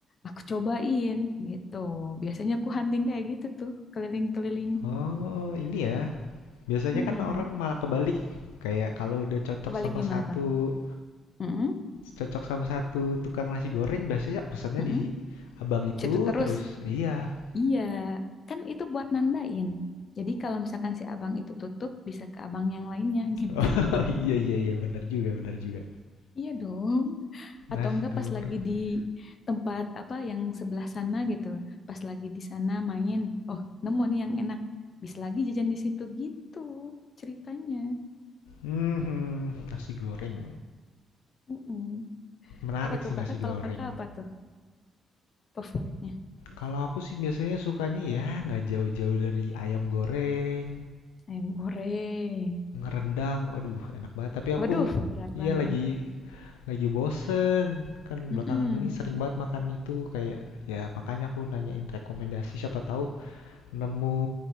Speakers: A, on the left; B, on the left.
A: Aku cobain gitu. Biasanya aku hunting kayak gitu tuh, keliling-keliling.
B: Oh, ini ya. Biasanya
A: Mm-mm.
B: kan orang malah kebalik, kayak kalau udah cocok
A: Kebalik
B: sama
A: gimana
B: satu
A: tuh? Mm-mm.
B: cocok sama satu tukang nasi goreng biasanya pesannya
A: Mm-mm.
B: di abang itu
A: Situ terus.
B: terus. Iya. <laughs>
A: Iya, kan itu buat nandain. Jadi kalau misalkan si abang itu tutup, bisa ke abang yang lainnya gitu.
B: Oh,
A: <laughs>
B: iya iya iya bener juga bener juga.
A: Iya dong. atau
B: Nasi
A: enggak
B: goreng
A: pas lagi
B: nih.
A: di tempat apa yang sebelah sana gitu pas lagi di sana main oh nemu nih yang enak bisa lagi jajan di situ gitu ceritanya
B: Mhm, nasi goreng.
A: Mm-mm.
B: Menarik
A: apa
B: sih
A: tuh
B: nasi
A: kakak
B: goreng.
A: kalau kakak apa tuh favoritnya
B: Kalau aku sih biasanya sukanya ya nggak jauh-jauh dari ayam goreng,
A: ayam goreng
B: rendang, waduh enak banget. Tapi aku,
A: waduh berat
B: iya
A: banget
B: lagi Lagi bosen. Kan
A: Mm-mm.
B: belakangan ini sering banget makan itu kayak ya makanya aku nanyain rekomendasi siapa tahu nemu